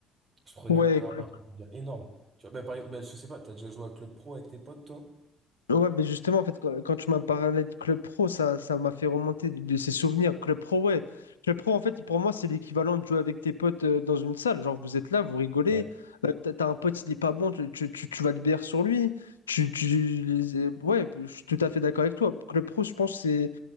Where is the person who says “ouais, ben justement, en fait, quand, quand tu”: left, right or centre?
Left